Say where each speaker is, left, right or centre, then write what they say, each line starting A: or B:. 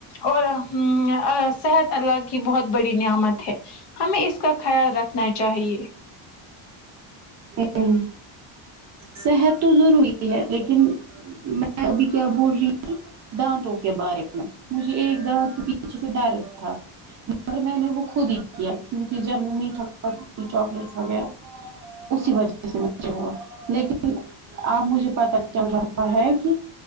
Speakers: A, on the left; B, on the right.
A: اور ہوں صحت اللہ کی بہت بڑی نعمت ہے ہمیں اس کا خیال رکھنا چاہیے
B: ہوں صحت تو ضروری ہے لیکن میں ابھی کیا بول رہی دانتوں کے بارے میں مجھے ایک دانت پ یچھے سے درد تھا مگر میں نے وہ خود ہی کیا کیونکہ جب میٹھا کھاتی ٹھی چاکلیٹ وغیرہ اسی وجہ سے مجھے ہوا لیکن اب مجھے پتہ چل رہا ہے کہ